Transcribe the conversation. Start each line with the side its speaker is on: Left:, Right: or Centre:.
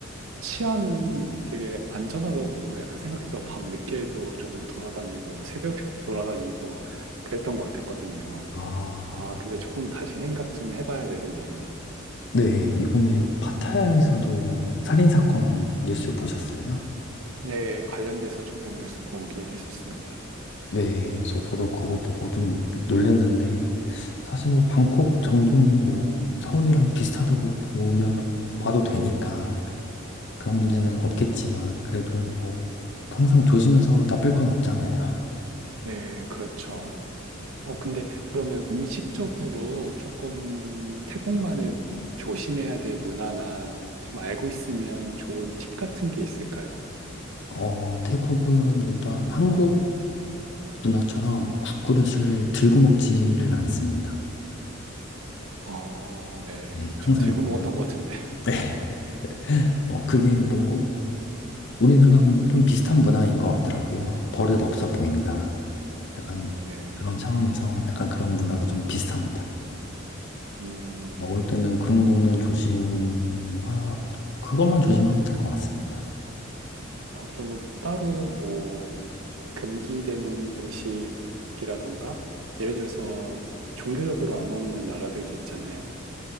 Right: 치안은 되게 안전하다고 약간 생각해서 밤 늦게도 조금 돌아다니고 새벽에 <laughs> 돌아다니고 그랬던 것 같았거든요.
Left: 아,
Right: 아, 근데 조금 다시 생각 좀 해봐야 되겠네요.
Left: 네. 이번에 파타야에서도 살인 사건 뉴스 보셨어요?
Right: 네, 관련돼서 조금 뉴스 보긴 했었습니다.
Left: 네. 그래서 저도 그거 보고 좀 놀랬는데 사실 뭐 방콕 정도는 뭐 서울이랑 비슷하다고 보면 봐도 되니까 그런 문제는 없겠지만 그래도 뭐 항상 조심해서 나쁠 건 없잖아요.
Right: 네, 그렇죠. 어, 근데 그러면 음식적으로 조금 태국만의 조심해야 될 문화나 좀 알고 있으면 좋은 팁 같은 게 있을까요?
Left: 어, 태국은 일단 한국 문화처럼 국그릇을 들고 먹지를 않습니다.
Right: 아, 네.
Left: 네, 항상
Right: 전 들고 먹었던 것 같은데.
Left: 네. 어, 그게 뭐 우리나라랑 좀 비슷한 문화인 것 같더라고요. 버릇 없어 보인다. 약간
Right: 네.
Left: 그런 차원에서 약간 그런 문화가 좀 비슷합니다.
Right: 음.
Left: 먹을 때는 그런 거는 조심, 하 그것만 조심하면 될 것 같습니다.
Right: 어 그러면 따로 뭐 금기되는 음식이라던가 예를 들어서 종교적으로 안 먹는 나라들도 있잖아요.